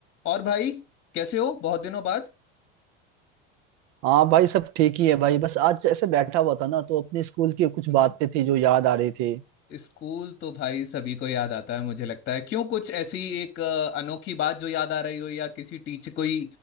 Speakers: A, on the left; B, on the right.
A: और भाई कैसे हो बहुत दिनों बाद
B: हाँ भाई सब ठीक ही है भाई बस आज ऐसे बैठा हुआ था ना तो अपने स्कूल की कुछ
A: हम्म।
B: बातें थी जो याद आ रही थी
A: स्कूल तो भाई सभी को याद आता है मुझे लगता है क्यों कुछ ऐसी एक अ, अनोखी बात जो याद आ रही हो या किसी टीचर कोई